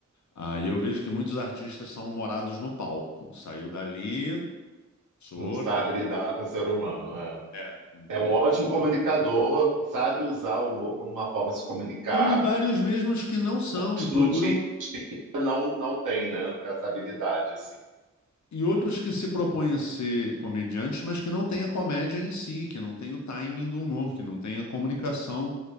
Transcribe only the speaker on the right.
não
sabe lidar com o ser humano, né?
É um ótimo comunicador, sabe usar o humor como uma forma de se comunicar,
mas
no dia não, não tem, né? Essa habilidade,
assim.